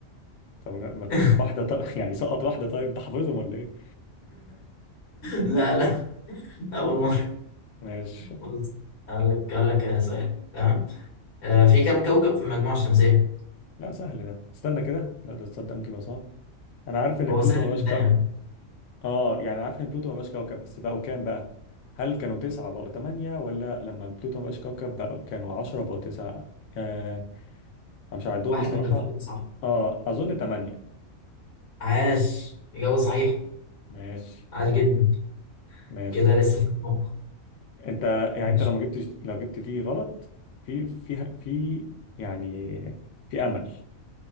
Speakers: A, on the left; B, on the left.
A: طب ما ت-
B: <laughs>
A: واحدة طب <laughs> يعني سقط واحدة طيب انت حافظهم ولا ايه؟
B: لا لا أول مرة
A: ماشي
B: بص أقول لك أقول لك آه، سؤال تمام آه، في كم كوكب في المجموعة الشمسية؟
A: لا سهل ده استنى كده لا ده تصدق ممكن يبقى صعب انا عارف ان
B: هو
A: بلوتو
B: سهل
A: ما
B: من
A: بقاش
B: الثاني عم.
A: اه يعني عارف ان بلوتو ما بقاش كوكب بس بقوا كام بقى هل كانوا تسعة بقوا تمانية ولا لما بلوتو ما بقاش كوكب بقوا كانوا عشرة بقوا تسعة آه انا مش عندهم
B: واحد
A: الصراحة
B: من الاختيارات صح
A: اه اظن تمانية
B: عاش إجابة صحيحة
A: ماشي
B: عاش جدا
A: ماشي
B: كده لسه في نقطة
A: انت يعني
B: ماشي
A: انت لو ما جبتش لو جبت دي غلط في في في يعني في امل